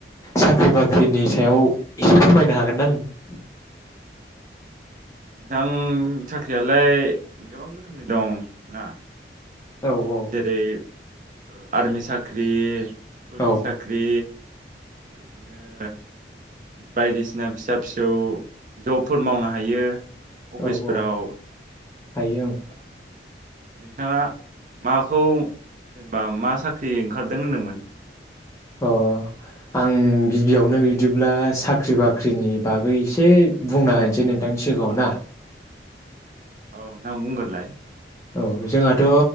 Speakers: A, on the left; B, on the right.
A: साख्रि बाख्रिनि सायाव एसे फोरमायनो हागोन ना नों
B: नोंथां साख्रियालाय गोबां रोखोमनि दं ना
A: औ औ
B: जेरै ओ आरमि साख्रि फुुलिस
A: औ
B: साख्रि इदिनो बायदिसिना फिसा फिसौ जबफोर मावनो हायो अफिसफोराव
A: औ औ हायो औ
B: नोंथाङा माखौ जेनेबा मा साख्रि ओंखारदों होनदोंमोन?
A: अ आं गिबियावनो बिदिब्ला साख्रि बाख्रिनि बागै एसे बुंना होनोसै नोंथांनि सिगाङाव ना?
B: औ नोंथां बुंगोरलाय
A: औ जोंहाथ'